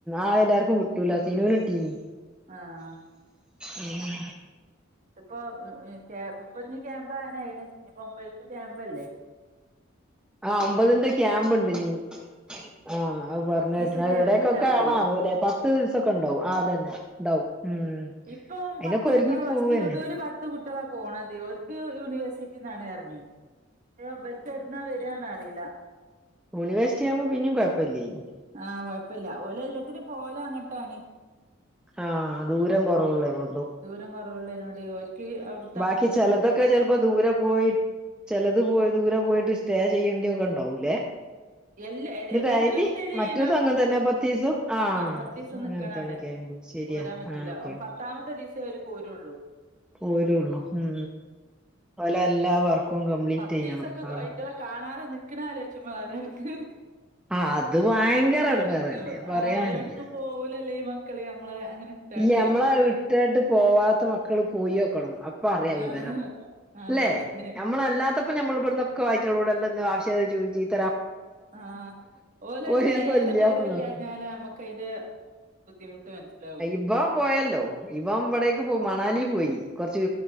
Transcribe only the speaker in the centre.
ആഹ് എല്ലാർക്കും കിട്ടൂലാ സിനുന് കിട്ടീനി
ഉം
ആഹ് ഒമ്പതിന്റെ ക്യാമ്പ് ഇണ്ട് ഇഞ് ആഹ് പറഞ്
കേട്ട്ണ്
എവിടേക്കൊക്കെ
ഏണെവോലെ പത്ത് ദിവസൊക്കെ ഇണ്ടാവും ആഹ് അതന്നെ ഇണ്ടാവും ഉം
അയിനൊക്കെ
ഒരുങ്ങി
പോവന്നെ
യൂണിവേഴ്സ്റ്റി ആവുമ്പോ പിന്നിം കൊഴപ്പല്ലെനി
ആഹ് ദൂരം കൊറവ്ള്ളേനോണ്ടും
ബാക്കി ചെലദോക്കെ ചെൽപ്പം ദൂരം പോയി ചെലത് പോയി ദൂരെ പോയിട്ട് സ്റ്റേ ചെയ്യേണ്ടി ഒക്കെ ഇണ്ടാവൂല്ലേ
ഇത്
ഡെയ്ലി
മറ്റൊതു അങ്ങനെ തന്നെ പത്തീസം ആഹ്
അങ്ങൻ
തന്നെ
ക്യാമ്പ് ശരിയാ
ആ ഓക്കെ
പോരോള്ളൂ ഉം ഓലെ എല്ലാവർക്കും കംപ്ലീറ്റെയ്യണം
ഔടെ
ആഹ് അത് ഭയങ്കര എടങ്ങേറന്നെ
പറയാനില്ല.
ഇല്ല ഞമ്മളെ
വിട്ടാട്ട് പോവാത്ത മക്കള് പോയോക്കണം പ്പറിയാ വിവരം
ല്ലേ
നമ്മളല്ലാത്തപ്പോ നമ്മള് ഇവിട്ന്നൊക്കെ ആയിറ്റങ്ങളോട് <unintelligible>
ഒരീസം
ഇല്ലാന്ന്
നോക്കും.
ഇബം പോയല്ലോ ഇവം ഇവിടേക്ക് പോയി മണാലി പോയി കൊർച്ച്